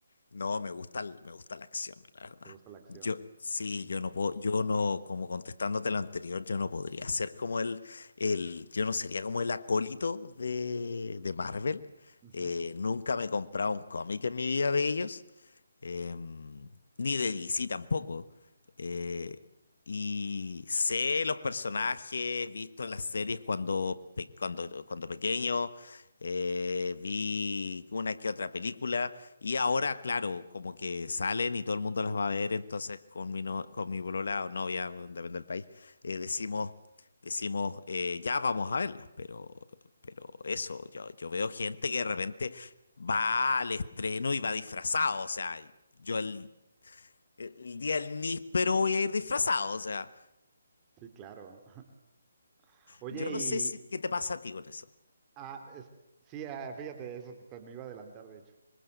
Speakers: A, on the left (about 70°); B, on the right (about 20°).
A: No, me gusta, el- me gusta la acción, la verdad.
B: ¿Te gusta la acción?
A: Yo, sí,
B: Mm,
A: yo no puedo, yo no, como contestándote lo anterior, yo no podría ser como el, el, yo no sería como el acólito de, de Marvel.
B: ujú.
A: Eh, nunca me he comprado un cómic en mi vida de ellos eh, ni de DC tampoco. Eh, y sé los personajes, visto en las series cuando, pe- cuando, cuando pequeño, eh, vi una que otra película, y ahora, claro, como que salen y todo el mundo las va a ver, entonces con mi, no- con mi polola o novia, depende del país, eh, decimos... Decimos, eh, ya vamos a verlas, pero, pero eso, yo, yo veo gente que de repente va al estreno y va disfrazado, o sea, yo el, el día del níspero voy a ir disfrazado, o sea,
B: Sí, claro. <laughs> Oye,
A: yo no
B: y
A: sé si, qué te pasa a ti con eso.
B: ah, es- sí, ah, fíjate, eso te, me iba a adelantar, de hecho.